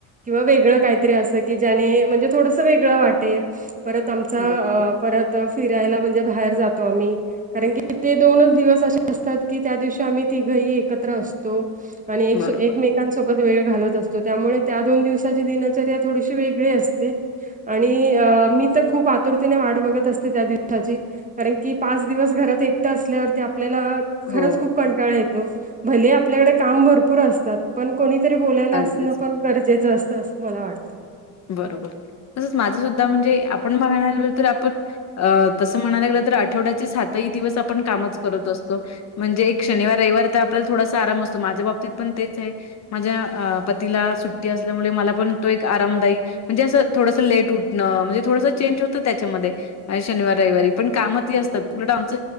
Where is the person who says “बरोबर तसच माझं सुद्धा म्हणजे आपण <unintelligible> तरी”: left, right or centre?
Left